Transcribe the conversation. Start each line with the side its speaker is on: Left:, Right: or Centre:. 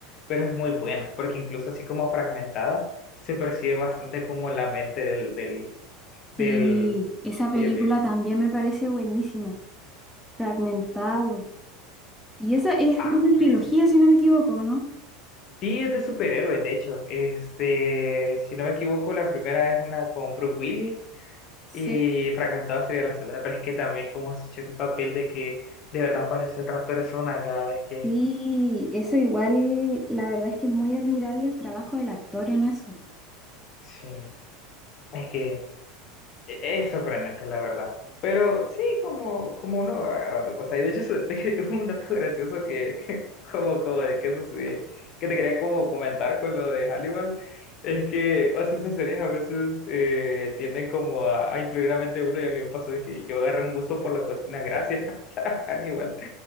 Left: pero es muy bueno, porque incluso así como fragmentada, se percibe bastante como la mente del, del,
Centre: Sí,
Left: del,
Centre: esa película
Left: eh, bien,
Centre: también me parece buenísima. Fragmentado. Y esa es
Left: ah,
Centre: una trilogía, si no me equivoco, ¿no?
Left: sí es de superhéroes, de hecho, este, si no me equivoco, la primera es una con Brooke Willis,
Centre: Sí,
Left: y fragmentado sería la segunda, pero es que también como se echó el papel de que de verdad parece otra persona cada vez que...
Centre: Sí, eso igual, la verdad es que es muy admirable el trabajo del actor en eso.
Left: Sí, es que E- Es sorprendente, la verdad. Pero sí, como, como uno va agarrando cosas. Y de hecho, eso te- <laughs> un dato gracioso que, que- como, como de que eso se- que te quería como comentar con lo de Hannibal, es que, o sea, esas series a veces eh, tienden como a, a influir la mente de uno y a mí me pasó de que yo agarré un gusto por la cocina gracias <laughs> a Hannibal,